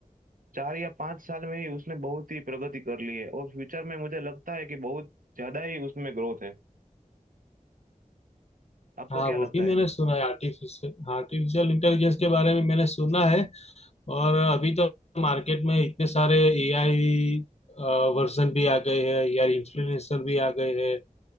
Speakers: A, on the right; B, on the left.
A: चार या पांच साल में ही उसने बहुत ही प्रगति कर ली है और फ्यूचर में मुझे लगता है कि बहुत ज्यादा ही उसमें ग्रोथ है आपको
B: हाँ
A: क्या
B: वो
A: लगता
B: भी
A: है
B: मैंने सुना है आर्टिफिशियल आर्टिफिशियल इंटेलिजेंस के बारे में मैंने सुना है और अभी तो मार्केट में इतने सारे एआई वर्जन भी आ गए हैं यार इन्फ्लुएंसर भी आ गए हैं